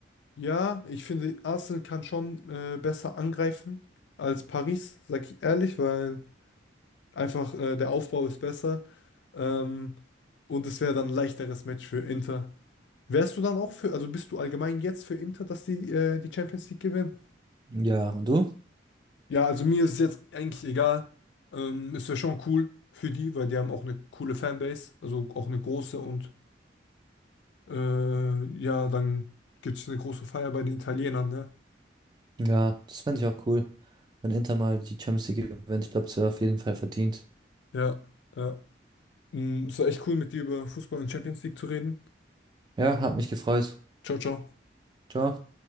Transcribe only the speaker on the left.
Ja, ich finde, Arsenal kann schon äh, besser angreifen als Paris, sag ich ehrlich, weil einfach äh, der Aufbau ist besser. Ähm, und es wäre dann ein leichteres Match für Inter. Wärst du dann auch für, also bist du allgemein jetzt für Inter, dass die äh, die Champions League gewinnen?
Ja, also mir ist es jetzt eigentlich egal. Ähm, es wäre schon cool für die, weil die haben auch eine coole Fanbase, also auch eine große und äh, ja, dann gibt es eine große Feier bei den Italienern, ne?
Ja, ja. Mm, Es war echt cool, mit dir über Fußball und Champions League zu reden.
Ciao, ciao.